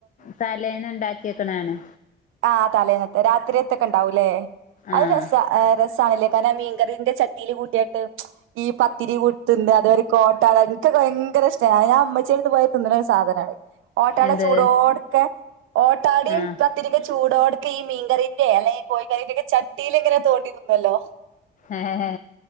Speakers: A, on the left; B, on the right.
A: തലേന്ന് ഉണ്ടാക്കിക്കണാണ്.
B: ആ തലേന്നത്തെ രാത്രിയത്തൊക്കെ ഉണ്ടാവൂല്ലേ? അത്
A: ആഹ്
B: രസ രസാണല്ലേ കാര്ണ ആ മീൻ കറിന്റെ ചട്ടില് കൂട്ടിയാട്ട്. ഈ പത്തിരി കുത്തി തിന്ന അതോരെ കോട്ടാട എനിക്കൊക്കെ ഭയങ്കര ഇഷ് ഞാൻ ആ ഉമ്മച്ചീടുത്ത് പോയാ തിന്നണ ഒരു സാധനാണ്. ഓട്ടാട
A: എന്ത്
B: ചൂടോടക്കെ ഓട്ടാടയും
A: ആഹ്
B: പത്തിക്കെ ചൂടോട ഈ മീൻകറീന്റെ അല്ലെ ഈ കോഴിക്കറീന്റെ ഒക്കെ ചട്ടിയിൽ ഇങ്ങനെ തോണ്ടിതിന്നോല്ലോ
A: ഏ ഹ ഹേ